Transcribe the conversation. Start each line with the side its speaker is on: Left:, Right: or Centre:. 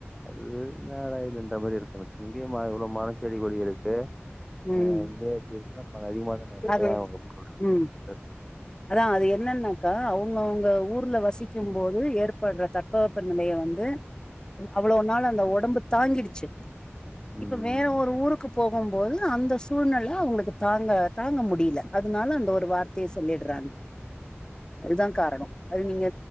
Centre: அது என்னடா இதுன்ற மாரிருக்கு எனக்கு இங்கயுமா இவ்ளவு மர செடி கொடிருக்கு ஆ
Left: ம்
Centre: இங்கே இப்டி இருக்குன்னாப்ப அங்க அதிகமா தானருக்கு
Left: அது
Centre: ஏ அவங்க அப்டி சொல்றாங்க
Left: ம்
Centre: <unintelligible>
Left: அதா அது என்னன்னாக்கா அவங்கவுங்க ஊர்ல வசிக்கும் போது ஏற்படுற தட்பவெப்ப நெலய வந்து அவ்வளோவ் நாள் அந்த ஒடம்பு தாங்கிடுச்சு
Centre: ம்.
Left: இப்ப வேற ஒரு ஊருக்கு போகும்போது அந்த சூழ்நில அவங்களுக்கு தாங்க தாங்க முடியல அதனால அந்த ஒரு வார்த்தையை சொல்லிட்றாங்க அதுதா காரண அது நீங்க